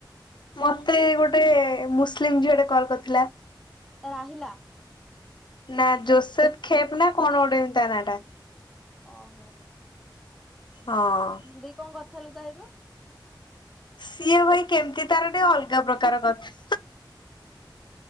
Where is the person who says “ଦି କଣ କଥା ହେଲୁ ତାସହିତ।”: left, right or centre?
Centre